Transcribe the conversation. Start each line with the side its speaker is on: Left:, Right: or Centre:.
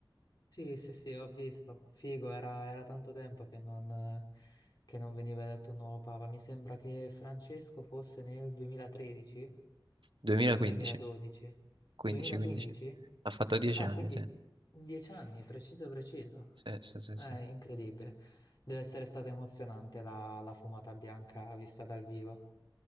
Left: Sì, sì, sì, ho visto. Figo, era, era tanto tempo che non, che non veniva eletto un nuovo papa. Mi sembra che Francesco fosse nel 2013
Right: 2015,
Left: o nel 2012.
Right: 15,
Left: 2015?
Right: 15. Ha fatto 10
Left: Ah,
Right: anni,
Left: quindi
Right: sì.
Left: 10 anni, preciso, preciso.
Right: Sì, sì, sì,
Left: È
Right: sì.
Left: incredibile. Deve essere stata emozionante la, la fumata bianca vista dal vivo.